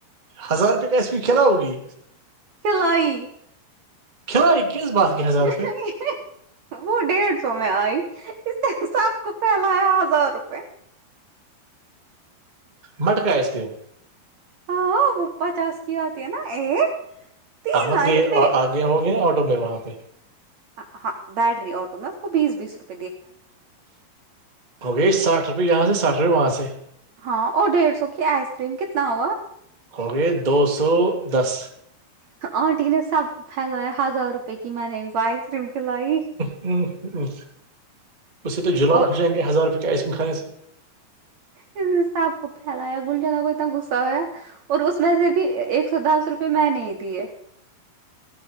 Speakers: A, on the right; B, on the right.
A: ہزار روپے کا ایس پی کھیلا ہوگی
B: کھلائی
A: کھلاڑی کس بات
B: <inaudible>
A: کے ہزار روپئے
B: وہ ڈیڑھ سو میں آئی اس سب کو پھیلایا ہزار روپے
A: مٹ کا آئس کریم
B: ہاں وہ پچاس کی آتی ہے نا ایک تین
A: احمد
B: آئی
A: کے
B: ڈے
A: آ گیا ہوں گے نا آٹو میں وہاں پہ
B: ہ ہاں بیٹری آٹو میں اس کو بیس بیس روپ
A: اگی ساٹھ روپئے یہاں سے ساٹھ روپئے وہاں سے
B: ہاں اور ڈیڑھ سو کی آئس کریم کتنا ہوا
A: ہو گئے دو سو دس
B: آنٹی نے سب کو پھیلایا ہزار روپے کی میں نے کو آئس کریم کھلائی
A: وں اس یہ تو جلااب
B: اور
A: ہوچائیں گے ہزار روپ کیا آئس کھانے سے
B: اس صب کو پھیلایا گل جلا کوئیتنا غصہ ہویا اور اس میں سے بھی ایک سو دس روپے میں نے دیے